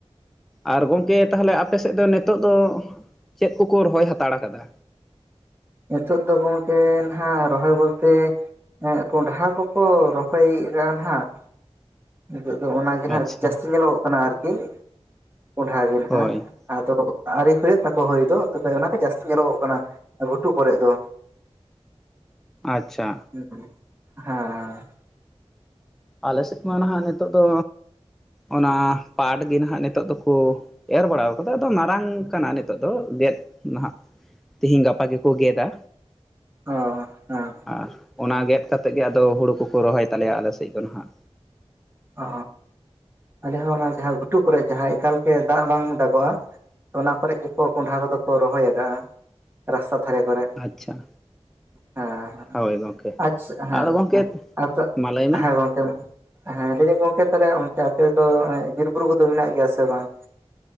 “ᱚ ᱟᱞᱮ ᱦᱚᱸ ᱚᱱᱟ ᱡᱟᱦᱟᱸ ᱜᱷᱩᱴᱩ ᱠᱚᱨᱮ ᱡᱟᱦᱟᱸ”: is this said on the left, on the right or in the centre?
Right